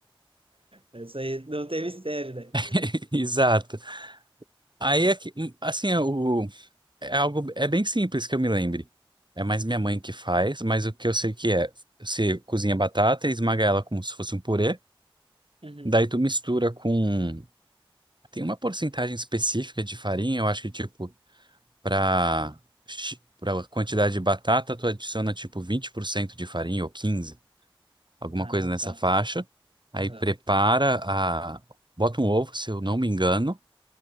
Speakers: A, on the right (about 75°); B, on the right (about 55°).
A: Isso aí não tem mistério, né?
B: <laughs> Exato. Aí é que, hum, assim, é o, é algo, é bem simples que eu me lembre. É mais minha mãe que faz, mas o que eu sei que é, você cozinha a batata e esmaga ela como se fosse um purê,
A: Uhum.
B: daí tu mistura com, tem uma porcentagem específica de farinha, eu acho que tipo Para para quantidade de batata, tu adiciona tipo 20% de farinha ou 15, alguma
A: Ah,
B: coisa nessa
A: tá.
B: faixa.
A: Aham,
B: Aí prepara a bota um ovo, se eu não me engano,